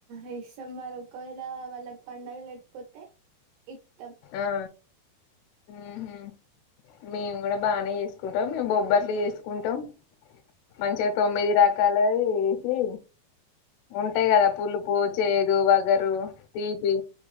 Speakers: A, on the right; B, on the left.
A: ఏ సాంబరు ఒకవేళ వాళ్ళకి పండగ లేకపోతే ఇత్తాం
B: ఆ ఉహు మేము కూడా బానే చేస్ కుంటాం మేము బొబ్బట్లు చేసుకుంటాం మంచిగా తొమ్మిది రకాలలు ఏసి అవి ఉంటాయి కదా పులుపు చేదు వగరు తీపి